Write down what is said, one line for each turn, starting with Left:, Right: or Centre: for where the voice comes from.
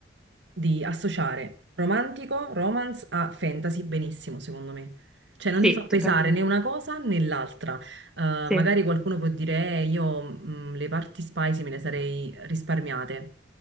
Right: di associare romantico, romance a fantasy benissimo, secondo me. Cioè, non
Centre: sì,
Right: ti fa pesare
Centre: totalmente.
Right: né una cosa né l'altra. Eh,
Centre: Sì,
Right: magari qualcuno può dire, "Eh, io mh, le parti spicy me le sarei risparmiate.